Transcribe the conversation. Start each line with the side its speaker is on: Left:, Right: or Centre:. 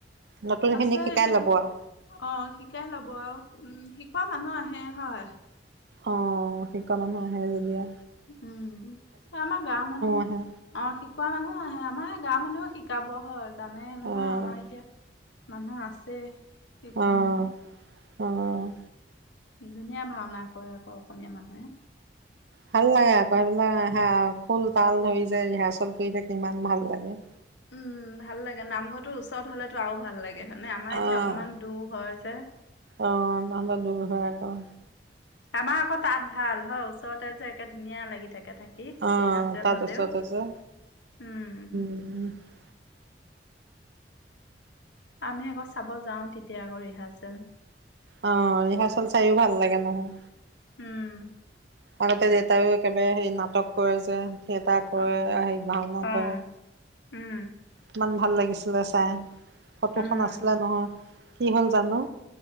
Right: নতুন খিনিক
Left: আছে
Right: শিকাই
Left: এতিয়া
Right: ল'ব আউ।
Left: অ', শিকাই ল'ব আউ উম শিকোৱা মানুহ আহে, হয়।
Right: অ', শিকোৱা মানুহ আহে যেতিয়া।
Left: উম, এহ আমাৰ গাওঁৰ মানুহ
Right: আহে
Left: অ', শিকোৱা মানুহ আহে আমাৰ গাঁৱৰ মানুহ শিকাব হয় জানে নহয়
Right: অ',
Left: আমাৰ এতিয়া মানুহ আছে, শিকোৱা
Right: অ',
Left: মানুহ।
Right: অ',
Left: ধুনীয়া ভাওনা কৰে আকৌ অসমীয়া মানুহে।
Right: ভাল লাগে আকৌ সেইবিলাক আহ সুৰ তাল ধৰি যে সেয়া <unintelligible> কিমান ভাল লাগে।
Left: উম, ভাল লাগে নামঘৰটো ওচৰত হ'লেতো আৰু ভাল লাগে হয়নে আমাৰ
Right: অ',
Left: এতিয়া অকনমান দূৰ হয় যে।
Right: অ', তোমালে দূৰ হয় আকৌ।
Left: আমাৰ আকৌ তাত ভাল হয় ওচৰতে যে একে ধুনীয়া লাগি থাকে-থাকে। এহ
Right: অ',
Left: ৰিহাৰ্চেল
Right: তাত
Left: হলেও,
Right: ওচৰতে যে
Left: উম,
Right: <inaudible>
Left: আমি আকৌ চাব যাওঁ তেতিয়া আকৌ ৰিহাৰ্চেল।
Right: অ', ৰিহাৰ্চেল চাইও ভাল লাগে নহয়।
Left: উম,
Right: আগতে দেউতাইও একেবাৰে সেই নাটক কৰে যে, থিয়েটাৰ কৰে,
Left: অ
Right: হেৰি ভাওনা
Left: অ
Right: কৰে।
Left: উম,
Right: ইমান ভাল লাগিছিলে চাই, ফটোখন
Left: উম।
Right: আছিলে নহয়, কি হ'ল জানোঁ।